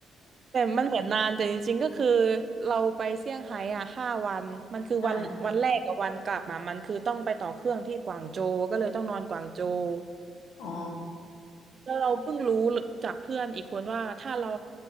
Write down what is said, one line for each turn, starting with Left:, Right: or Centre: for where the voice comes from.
Right: แต่มันเหมือนนานแต่จริงๆ ก็คือเราไปเซี่ยงไฮ้อ่ะห้าวันมันคือวันวันแรกกับวันกลับมามันคือต้องไปต่อเครื่องที่กวางโจวก็เลยต้องนอนกวางโจว
Left: อ่าอ๋อ
Right: แล้วเราเพิ่งรู้จากเพื่อนอีกคนว่าถ้าเรา